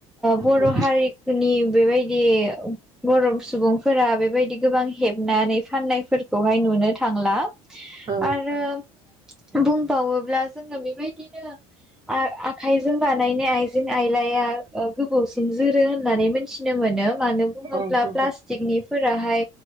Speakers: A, on the right; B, in the centre.
A: नंगौ
B: बर' हारिनि बेबायदि बर' सुबुंफोरा बेबायदि गोबां हेबनानै फाननायफोरखौहाय नुनो थांला
A: औ
B: आरो बुंबावोब्ला जोङो बेबायदिनो आखाइजों बानायनाय आइजें आइलाया गोबावसिन जोरो होननानै मिथिनो मोनो मानो बुङोब्ला
A: औ नंगौ
B: प्लास्टिकनि फोराहाय